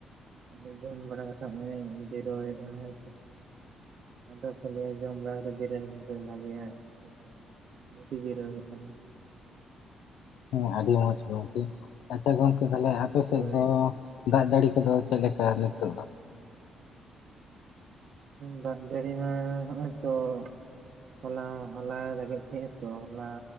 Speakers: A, on the right; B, on the left.
A: ᱟᱫᱚ ᱡᱚᱢ ᱵᱟᱲᱟ ᱠᱟᱛᱮᱫ ᱱᱚᱜᱼᱚᱭ ᱡᱤᱨᱟᱣ ᱦᱩᱭᱩᱜ ᱠᱟᱱᱟ ᱦᱮᱸ ᱥᱮ ᱟᱫᱚ ᱠᱚ ᱞᱟᱹᱭᱟ ᱡᱚᱢ ᱵᱟᱲᱟ ᱫᱚ ᱡᱤᱨᱟᱣ ᱦᱚᱸᱠᱩ ᱵᱷᱟᱜᱮᱭᱟ ᱦᱮᱸ ᱥᱮ ᱡᱤᱨᱟᱹᱣ ᱦᱩᱭᱩᱜ ᱠᱟᱱᱟ᱾
B: ᱦᱮᱸ ᱟᱹᱰᱤ ᱢᱚᱸᱡᱽ ᱜᱚᱢᱠᱮ ᱟᱪᱪᱷᱟ ᱜᱚᱢᱠᱮ ᱛᱟᱦᱚᱞᱮ ᱟᱯᱮ ᱥᱮᱫ
A: ᱦᱳᱭ
B: ᱫᱚ ᱫᱟᱜ ᱡᱟᱹᱲᱤ ᱠᱚᱫᱚ ᱪᱮᱫ ᱞᱮᱠᱟ ᱱᱤᱛᱚᱜ ᱫᱚ?
A: ᱫᱟᱜ ᱡᱟᱹᱲᱤ ᱢᱟ ᱱᱚ-ᱚᱭᱛᱚ ᱦᱚᱞᱟ ᱦᱚᱞᱟ ᱫᱟᱜᱮᱫ ᱛᱟᱦᱮᱸᱫ ᱛᱚ ᱦᱚᱞᱟ